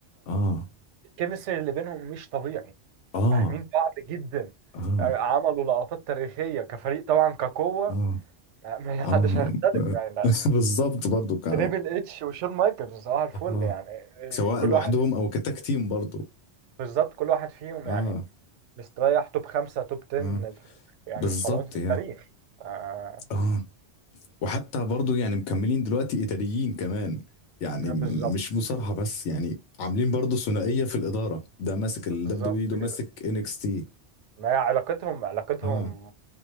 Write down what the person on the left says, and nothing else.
اه
اه
اه
اه
اه
<laughs> بالظبط برضو ك...
اه
سواء
لوحدهم
او كتاك تيم برضو
اه
اه
بالظبط
يعني
اه وحتى برضو يعني مكملين دلوقتي اداريين كمان يعني
م- مش مصارحة بس يعني عاملين برضو ثنائية في الإدارة ده ماسك ال
WWE ده ماسك
NXT
اه